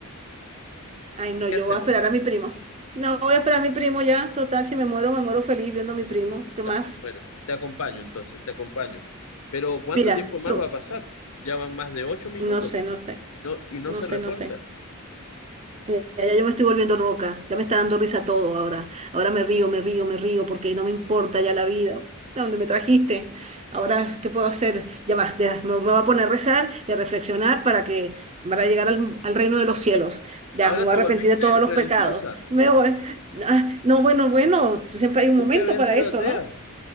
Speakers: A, on the right; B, on the left.
A: Ay, no,
B: ¿Qué
A: yo
B: hacemos?
A: voy a esperar a mi primo. No, voy a esperar a mi primo ya. Total, si me muero, me muero feliz viendo a mi primo. ¿Qué
B: Ya,
A: más?
B: bueno, te acompaño entonces, te acompaño. Pero ¿cuánto
A: Mira,
B: tiempo más
A: tú.
B: va a pasar? Ya van más de ocho minutos
A: No sé, no sé.
B: y no, y no
A: No
B: se
A: sé,
B: reporta.
A: no sé. Mira, ya yo me estoy volviendo roca. Ya me está dando risa todo ahora. Ahora me río, me río, me río porque no me importa ya la vida. ¿A dónde me trajiste? Ahora, ¿qué puedo hacer? Ya va, ya, me, me voy a poner a rezar y a reflexionar para que para llegar al, al reino de los cielos. Ya,
B: Ahora
A: me voy
B: te
A: a arrepentir
B: volviste
A: de todos los
B: religiosa.
A: pecados. Me voy. Ah, no, bueno, bueno, siempre hay un
B: Tú
A: momento
B: que habías
A: para
B: sido
A: eso,
B: atea.
A: ¿no?